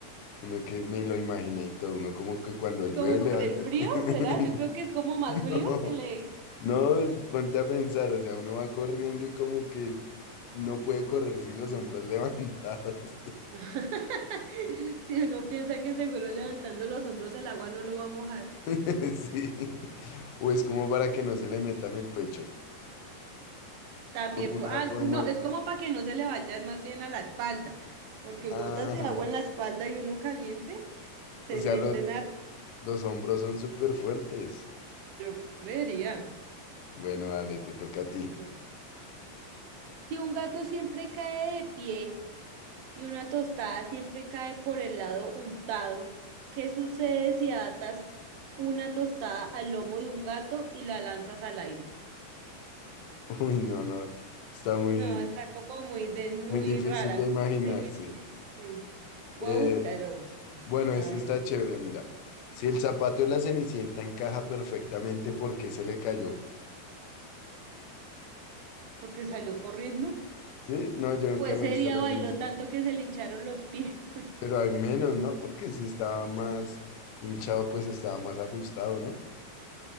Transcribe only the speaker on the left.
uno que me lo imaginé y todo, uno como que cuando llueve
No.
levanta.
<laughs>
No,
no, es- ponte a pensar, o sea, uno va corriendo y como que no puede correr sin los hombros levantados.
<laughs> Sí, o es como para que no se le metan el pecho,
como una
forma.
Ah,
<laughs>
o sea,
los,
los hombros son súper fuertes.
Bueno, dale, te toca a ti.
<laughs> Uy, no, no, está muy,
muy difícil
de imaginarse.
Eh,
bueno, este
está chévere, mira. Si el zapato de la Cenicienta encaja perfectamente, ¿por qué se le cayó?
¿Sí? No, yo nunca
me
he visto
la
Cenicienta.
Pero hay menos, ¿no? Porque si estaba más hinchado, pues estaba más ajustado, ¿no?